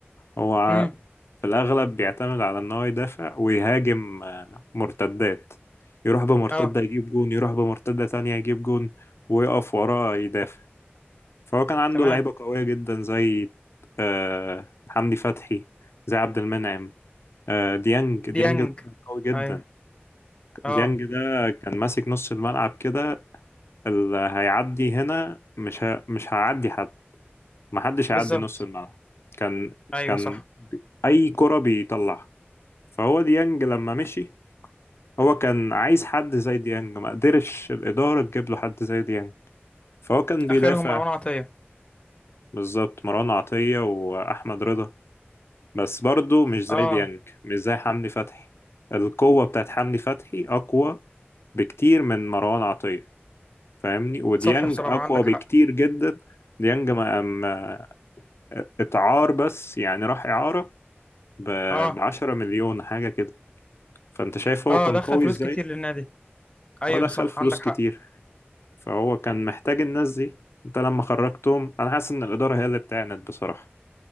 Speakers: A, on the left; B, on the left.
A: هو
B: امم
A: في الأغلب بيعتمد على إن هو يدافع ويهاجم آه، مرتدات يروح بمرتدة
B: اه
A: يجيب جون يروح بمرتدة تانية يجيب جون ويقف وراه يدافع فهو كان عنده
B: تمام
A: لعيبة قوية جدا زي آه، حمدي فتحي زي عبد المنعم آه، ديانج ديانج
B: ديانج
A: ده كان قوي جدا
B: ايوه اه
A: ديانج ده كان ماسك نص الملعب كده اللي هيعدي هنا مش ه... مش هيعدي حد محدش هيعدي
B: بالظبط
A: نص الملعب كان
B: ايوه
A: كان
B: صح
A: بي- أي كرة بيطلعها فهو ديانج لما مشي هو كان عايز حد زي ديانج ما قدرش الإدارة تجيب له حد زي ديانج فهو كان بيدافع
B: اخرهم مروان عطيه
A: بالظبط مروان عطية وأحمد رضا بس برضه مش زي
B: اه
A: ديانج مش زي حمدي فتحي القوة بتاعت حمدي فتحي أقوى بكتير من مروان عطية فاهمني وديانج
B: صح بصراحه
A: أقوى
B: عندك
A: بكتير
B: حق
A: جدا ديانج ما ما- اتعار بس يعني راح إعارة ب-
B: اه
A: بعشرة مليون حاجة كده فأنت شايف هو
B: اه
A: كان
B: دخل
A: قوي
B: فلوس
A: إزاي
B: كتير للنادي ايوه
A: هو دخل
B: صح
A: فلوس
B: عندك
A: كتير
B: حق
A: فهو كان محتاج الناس دي انت لما خرجتهم انا حاسس ان الاداره هي اللي بتعند بصراحه